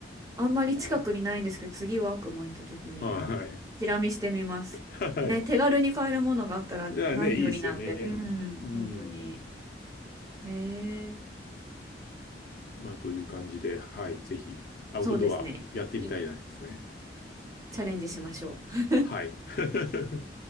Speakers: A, on the right; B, on the left.
A: あんまり近くにないんですけど次ワークマン行った時に
B: はい。はい。
A: チラ見してみます。
B: はい。
A: ね、手軽に買えるものがあったら何よりなんで、
B: だからね、いいですよね。
A: うん、
B: うん。
A: 本当に。へえ、
B: まあ、という感じで、はい。ぜひ、アウトドアやってみたいですね。
A: そうですね。い、チャレンジしましょう。
B: はい。<laughs>